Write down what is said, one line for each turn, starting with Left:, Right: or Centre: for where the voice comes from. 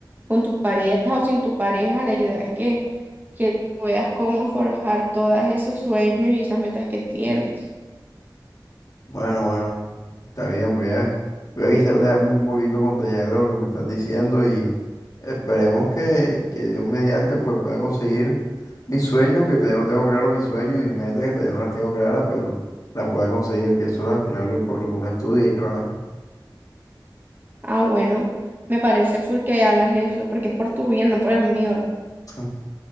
Right: con tu pareja o sin tu pareja. La idea es que, que veas cómo forjar todos esos sueños y esas metas que tienes.
Left: Bueno, bueno, está bien, voy a, voy a quizás dejarme un poquito contagiar de lo que me estás diciendo y esperemos que, que Dios mediante pues pueda conseguir mis sueños, que todavía no tengo claro mis sueños y mis metas, que todavía no las tengo claras, pero las pueda conseguir, que eso es al final lo- por lo que uno estudia y trabaja.
Right: Ah, bueno, me parece full que hagas eso porque es por tu bien, no por el mío.
Left: <laughs>